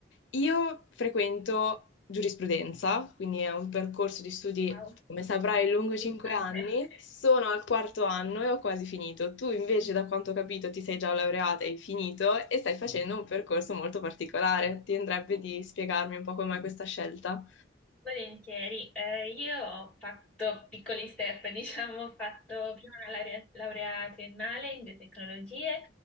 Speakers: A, on the left; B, in the centre.
A: Io frequento giurisprudenza, quindi è un percorso di studi,
B: Ciao.
A: come saprai, lungo 5
B: Ante.
A: anni. Sono al quarto anno e ho quasi finito. Tu invece, da quanto ho capito, ti sei già laureata e hai finito e stai facendo un percorso molto particolare. Ti andrebbe di spiegarmi un po' come mai questa scelta?
B: Volentieri, Eh, io ho fatto piccoli step, <laughs> diciamo, ho fatto prima una laurea, laurea triennale in biotecnologie,